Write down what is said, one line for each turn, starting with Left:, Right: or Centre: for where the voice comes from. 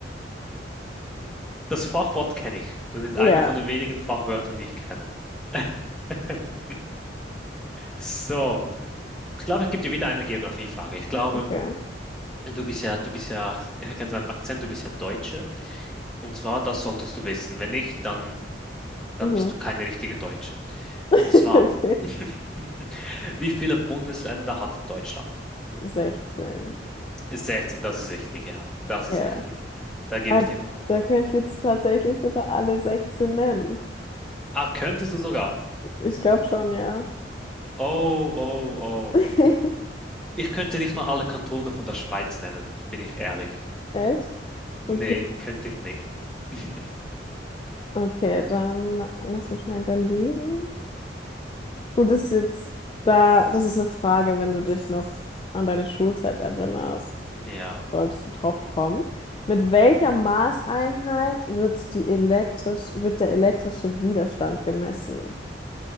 Centre: Das Fachwort kenne ich. Das ist
Left: <laughs>
Centre: einer von
Left: ja,
Centre: den wenigen Fachwörtern, die ich kenne. <laughs> So, ich glaube, ich gebe dir wieder eine Geografiefrage. Ich glaube,
Left: okay.
Centre: Du bist ja, du bist ja, ich erkenne seinen Akzent, du bist ja Deutsche. Und zwar, das solltest du wissen. Wenn nicht, dann, dann
Left: Mhm.
Centre: bist du keine richtige Deutsche.
Left: <laughs>
Centre: Und zwar,
Left: Okay,
Centre: <laughs> wie viele Bundesländer hat Deutschland?
Left: 16.
Centre: sechzehn. das ist richtig, ja. Das ist
Left: Ja,
Centre: richtig. Da gebe
Left: da,
Centre: ich dir einen Punkt.
Left: da könnte ich jetzt tatsächlich sogar alle 16 nennen.
Centre: Ah, könntest du sogar.
Left: Ich glaube schon, ja.
Centre: Oh, oh, oh.
Left: <laughs>
Centre: Ich könnte nicht mal alle Kantone von der Schweiz nennen, bin ich ehrlich.
Left: Echt?
Centre: Nee,
Left: Okay,
Centre: könnte ich nicht. <laughs>
Left: okay, dann lass mich mal überlegen. Gut, das ist jetzt da, das ist eine Frage, wenn du dich noch an deine Schulzeit erinnerst,
Centre: Ja.
Left: solltest du drauf kommen. Mit welcher Maßeinheit wird die elektrisch, wird der elektrische Widerstand gemessen?